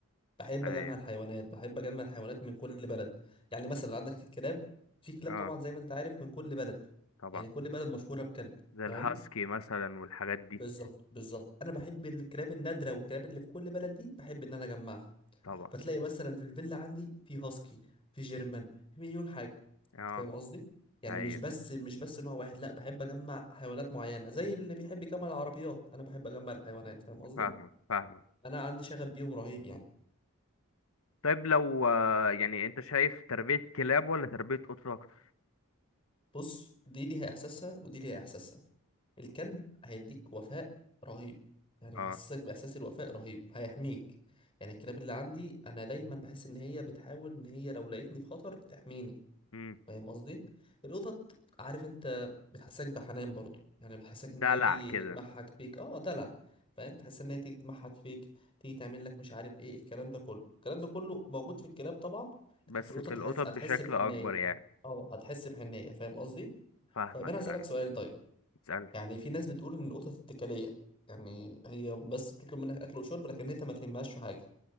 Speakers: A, on the left; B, on the left.
A: بحب
B: ايوه
A: اجمع الحيوانات بحب اجمع الحيوانات من كل بلد يعني مثلا عندك الكلاب في كلاب
B: اه
A: طبعا زي ما انت عارف من كل بلد
B: طبعا
A: يعني كل بلد مشهورة بكلب
B: زي
A: تمام
B: الهاسكي مثلا والحاجات دي
A: بالظبط بالظبط انا بحب الكلاب النادرة والكلاب اللي في كل بلد دي بحب ان انا اجمعها
B: طبعا
A: فتلاقي مثلا في الفيلا عندي في هاسكي في جيرمان في مليون حاجه
B: اه
A: انت فاهم قصدي يعني
B: ايوه
A: مش بس مش بس نوع واحد لا بحب اجمع حيوانات معينه زي اللي بيحب يجمع العربيات انا بحب اجمع الحيوانات فاهم قصدي
B: فاهمك فاهمك
A: انا عندي شغف بيهم رهيب يعني
B: طيب لو آه، يعني انت شايف تربية كلاب ولا تربية قطط اكتر
A: بص دي ليها احساسها ودي ليها احساسها الكلب هيديك وفاء رهيب يعني
B: اه
A: هيحسسك باحساس الوفاء رهيب هيحميك يعني الكلاب اللي عندي انا دايما بحس ان هي بتحاول ان هي لو لقيتني في خطر تحميني
B: امم
A: فاهم قصدي القطط عارف انت بتحسسك بحنان برضو يعني بتحسسك
B: دلع
A: ان هي تيجي
B: كده
A: تتمحك فيك اه دلع فاهم تحس ان هي تيجي تتمحك فيك تيجي تعمل لك مش عارف ايه الكلام ده كله الكلام ده كله موجود في الكلاب طبعا
B: بس
A: لكن في القطط
B: في القطط
A: تحس هتحس
B: بشكل
A: بحنيه
B: اكبر يعني
A: اه هتحس بحنيه فاهم قصدي
B: فاهمك
A: طيب انا هسألك
B: ايوه
A: سؤال طيب
B: تسأل
A: يعني في ناس بتقول ان القطط اتكاليه يعني هي بس بتطلب منك اكل وشرب لكن انت ما تهمهاش في حاجه